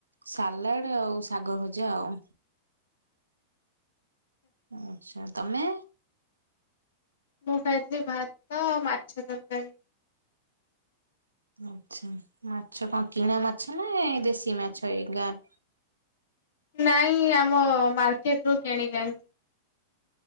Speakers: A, on the right; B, on the left.
A: ସାଲାଡ ଆଉ ଶାଗ ଭଜା ଆଉ। ଆଛା ତମେ।
B: ମୁ ଖାଇଥିଲି ଭାତ, ମାଛ ତରକାରୀ।
A: ଆଛା, ମାଛ କଣ କିଣା ମାଛ ନା ଏ ଦେଶୀ ମାଛ ଏଇ ଗାଁ।
B: ନାଇଁ, ଆମ ମାର୍କେଟ୍ ରୁ କିଣିକି ଆଣି